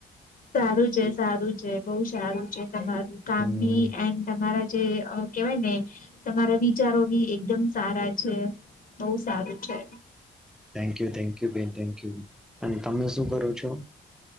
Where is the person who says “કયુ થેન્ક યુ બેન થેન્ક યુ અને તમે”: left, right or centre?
Centre